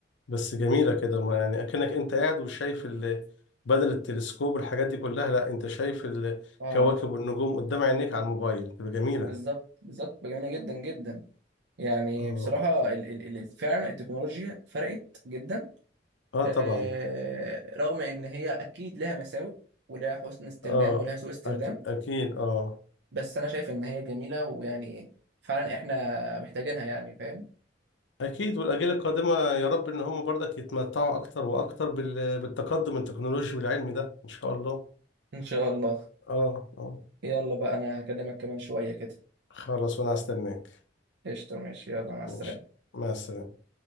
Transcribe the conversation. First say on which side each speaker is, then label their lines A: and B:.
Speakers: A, on the left; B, on the right.
A: بس جميلة كده ما يعني اكنك انت قاعد وشايف ال... بدل التلسكوب والحاجات دي كلها لا انت شايف الكواكب
B: اه
A: والنجوم قدام عينيك على الموبايل تبقى جميلة
B: بالظبط بالظبط جميله جدا جدا يعني
A: اه
B: بصراحه ال ال ال فعلا التكنولوجيا فرقت جدا
A: اه
B: آه
A: طبعا
B: رغم ان هي اكيد لها مساوئ ولها حسن استخدام
A: اه
B: ولها سوء استخدام
A: أكيد اكيد اه
B: بس انا شايف ان هي جميلة ويعني فعلا احنا محتاجينها يعني فاهم
A: اكيد والاجيال القادمة يا رب ان هم برضك يتمتعوا اكتر واكتر بال... بالتقدم التكنولوجي والعلمي ده ان شاء الله
B: ان شاء الله
A: اه اه
B: يلا بقى انا هكلمك كمان شوية كده
A: خلاص وانا هستناك
B: قشطة ماشي يلا مع السلامة
A: ماشي مع السلامة